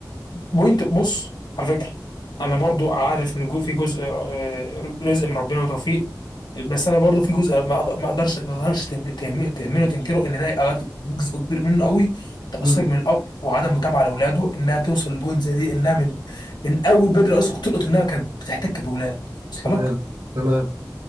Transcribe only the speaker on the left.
بوينت بص على فكره انا برضو عارف ان جو- في جزء آه، آه، رزق من ربنا وتوفيق بس انا برضو في جزء ما أق- ما اقدرش ما اقدرش تهم- تهم- تهمله وتنكره ان ده أوقات جزء كبير منه قوي تقصير
من الاب وعدم متابعه لاولاده انها توصل لبوينت زي دي انها من من اول بدري اصلا كنت تلقط انها كانت بتحتك باولاد وصل
لك